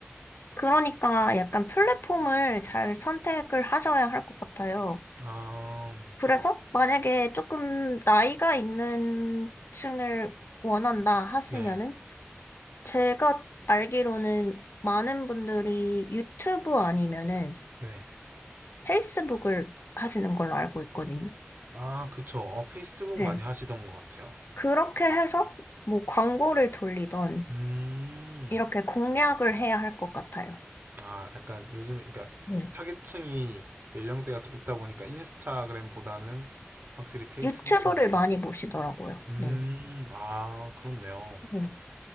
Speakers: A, on the left; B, on the right.
A: 그러니까 약간 플랫폼을 잘 선택을 하셔야 할 것 같아요.
B: 아
A: 그래서 만약에 조금 나이가 있는 층을 원한다 하시면은
B: 네.
A: 제가 알기로는 많은 분들이 유튜브 아니면은
B: 네.
A: 페이스북을 하시는 걸로 알고 있거든요.
B: 아 그쵸. 어, 페이스북
A: 네.
B: 많이 하시던 것 같아요.
A: 그렇게 해서 뭐 광고를 돌리던
B: 음.
A: 이렇게 공략을 해야 할 것 같아요.
B: 아, 약간 요즘에, 그러니까
A: 네
B: 타겟층이 연령대가 좀 있다 보니까 인스타그램보다는 확실히 페이스북
A: 유튜브를
B: 쪽이.
A: 많이 보시더라고요.
B: 음,
A: 네.
B: 아, 그렇네요.
A: 네.